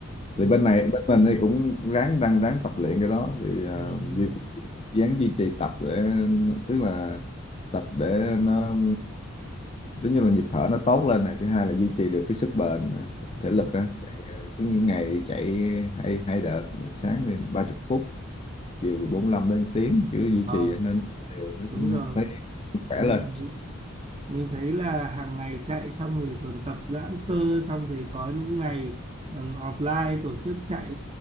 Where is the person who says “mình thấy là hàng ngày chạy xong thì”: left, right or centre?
Right